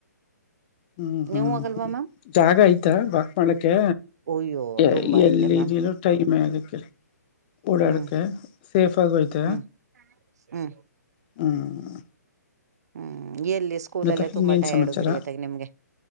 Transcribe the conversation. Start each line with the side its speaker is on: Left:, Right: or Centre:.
Left: ಹ್ಮ್ ಹ್ಮ್
Right: ನೀವು ಹೋಗಲ್ವಾ
Left: ಹ್ಮ್
Right: ಮ್ಯಾಮ್
Left: ಜಾಗ ಐತಾ ವಾಕ್ ಮಾಡೋಕೆ
Right: ಅಯ್ಯೋ
Left: ಏ
Right: ತುಂಬಾ
Left: ಎಲ್ಲ
Right: ಐತೆ ಮ್ಯಾಮ್
Left: ಇದಿರೋ ಟೈಮ್ ಆಗೈತೆ ಓಡಾಡಕ್ಕೆೆ
Right: ಹ್ಮ್
Left: ಸೇಫ್ ಆಗು ಐತೆ
Right: ಹ್ಮ್ ಹ್ಮ್
Left: ಹ್ಮ್
Right: ಹ್ಮ್ ಎಲ್ಲಿ ಸ್ಕೂಲಲ್ಲೇ
Left: ಮತ್ತೆ
Right: ತುಂಬಾ
Left: ಇನ್ನೇನ್
Right: ಟೈರ್ಡು
Left: ಸಮಾಚಾರ
Right: ಬಿಡಿಯತ್ತಗ ನಿಮ್ಗೆ